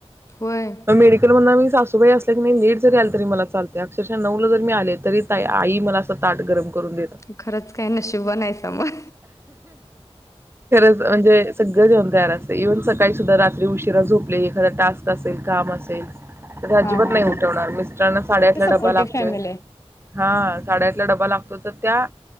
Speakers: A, on the left (about 30°); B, on the right (about 20°).
A: होय
B: म मेडीकलमधंन आम्ही सासूबाई असला की नाही लेट जरी आलं तरी मला चालतय. अक्षरशः नऊ ला जर मी आले तरी ताई आई मला असं ताट गरम करुन देतात
A: खरंच काय नशिबवान हायसा मग
B: खरच म्हणजे सगळं जा तयार असतयं येऊन सकाळी सुद्धा रात्री उशिरा झोपले एखादा टास्क असेल काम असेल तर अजिबात
A: हा हा
B: नाही
A: हा
B: उठवणार मिस्टरांना साडेआठला
A: ते सपोर्टिव्ह
B: डब्बा लागतोय
A: फॅमिली आहे.
B: हा साडेआठ तिला डबा लाग तर त्या